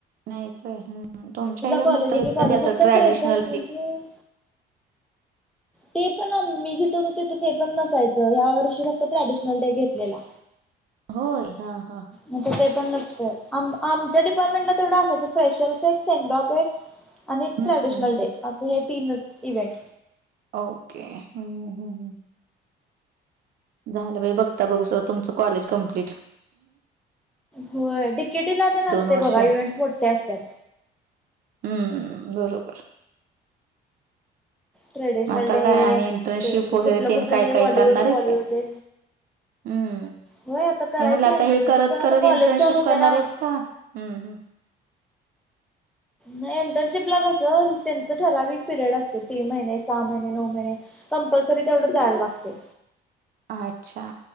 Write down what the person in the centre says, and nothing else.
कॉलेज
आहे
की कॉलेज
फक्त
फ्रेशर्स म्हणजे
ते पण मी जिथं होतो तिथं ते पण नसायचं ह्या वर्षी फक्त ट्रॅडिशनल डे घेतलेला.
नाहीतर ते पण नसतयं, आम आमच्या डिपार्टमेंटला तेवढं असायचं फ्रेशर्स एक सेंडॉप एक आणि
ट्रॅडिशनल
डे असं हे तीनच इव्हेंट.
होय, डी के टी ला तेन असतंय
बघा इव्हेंट्स मोठे असतात.
ट्रेडिशनल
डे
ते
कुठलं
कुठलं
डे
हॉलिवूड
बॉलिवूड
डे
होय आता करायची
इंटर्नशिप
पण आता
कॉलेज
चालू होते
ना
नाही इंटर्नशिप ला कसं त्यांचं ठराविक पिरियड असतं तीन महिने सहा महिने नऊ महिने. कंपल्सरी तेवढं जायला लागतंय.